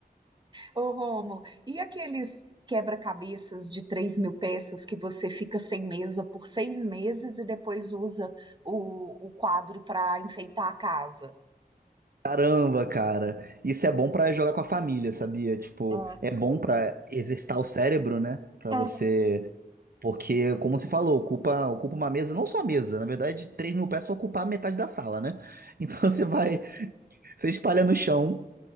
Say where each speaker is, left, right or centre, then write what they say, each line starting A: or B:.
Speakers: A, on the right (about 30°); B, on the right (about 65°).
A: Ô, Rômulo, e aqueles quebra-cabeças de três mil peças que você fica sem mesa por seis meses e depois usa o, o quadro para enfeitar a casa?
B: Caramba, cara. Isso é bom pra jogar com a família, sabia? Tipo,
A: Ah,
B: é bom pra exercitar o cérebro, né? Pra
A: ah,
B: você. Porque, como você falou, ocupa, ocupa uma mesa, não só a mesa, na verdade, três mil peças ocupar metade da sala, né? Então <laughs> você vai, você espalha no chão,